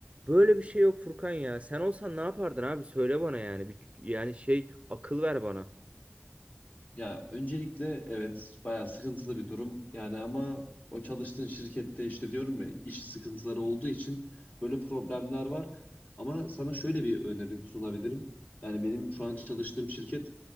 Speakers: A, on the right; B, on the left.
A: Böyle bir şey yok Furkan ya. Sen olsan ne yapardın abi? Söyle bana yani. Bir, yani şey akıl ver bana.
B: Ya öncelikle evet bayağı sıkıntılı bir durum. Yani ama o çalıştığın şirkette işte diyorum ya iş sıkıntıları olduğu için böyle problemler var. Ama sana şöyle bir öneri sunabilirim. Yani benim şu an çalıştığım şirket